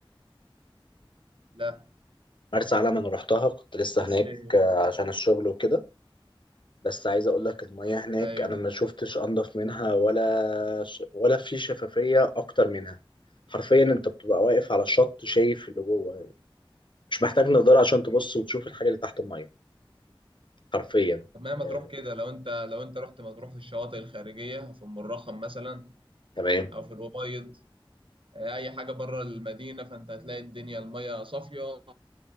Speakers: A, on the right; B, on the left.
A: لا
B: مرسى علم انا رحتها كنت لسه
A: بس
B: هناك
A: آه،
B: آه، عشان الشغل وكده بس عايز اقول لك المياه هناك
A: ايوه
B: انا ما شفتش انضف منها ولا ش... ولا في شفافية اكتر منها حرفيا انت بتبقى واقف على الشط شايف اللي جوه مش محتاج نظارة عشان تبص وتشوف الحاجة اللي تحت المية حرفيا
A: طب ما هي مطروح
B: آه،
A: كده لو انت لو انت رحت مطروح في الشواطئ الخارجية في ام الرخم مثلا
B: تمام
A: او في الأبيض آه، اي حاجه بره المدينه فانت هتلاقي الدنيا الميه صافيه